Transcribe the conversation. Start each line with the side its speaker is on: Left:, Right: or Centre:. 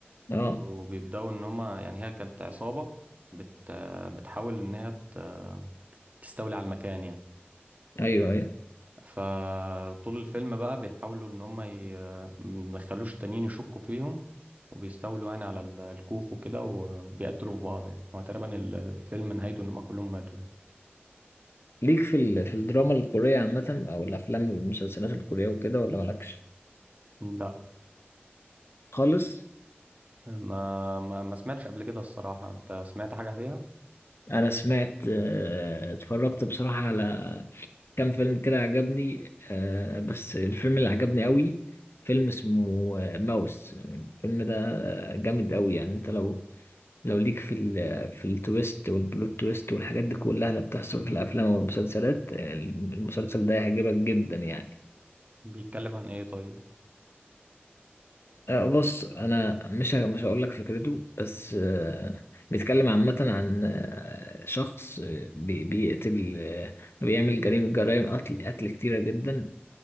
Left: اه
Right: وبيبدأوا ان هما يعني هي كانت عصابة بت... آه، بتحاول ان هي ت- آه، تستولي على المكان يعني
Left: ايوه ايوه
Right: فطول الفيلم بقى بيحاولوا ان هم ي... ما يخلوش التانيين يشكوا فيهم وبيستولوا يعني على ال- الكوخ وكده وبيقتلوا في بعض يعني هو تقريبا ال- الفيلم نهايته ان هم كلهم ماتوا يعني
Left: ليك في ال... في الدراما الكورية عامة او الافلام والمسلسلات الكورية وكده ولا مالكش؟
Right: لا
Left: خالص؟
Right: ما ما, ما سمعتش قبل كده الصراحة انت سمعت حاجة فيها
Left: انا سمعت آه، اتفرجت بصراحة على كام فيلم كده عجبني آه، بس الفيلم اللي عجبني قوي فيلم اسمه آه، ماوس الفيلم ده جامد قوي يعني انت لو لو ليك في ال في التويست والبلوت تويست والحاجات دي كلها اللي بتحصل في الافلام والمسلسلات المسلسل ده هيعجبك جدا يعني
Right: بيتكلم عن ايه طيب
Left: آه، بص انا مش ه- مش هقول لك فكرته بس آه، بيتكلم عامه عن آه، شخص آه، بي- بيقتل آه، بيعمل جريمه جرائم قتل قتل كتيره جدا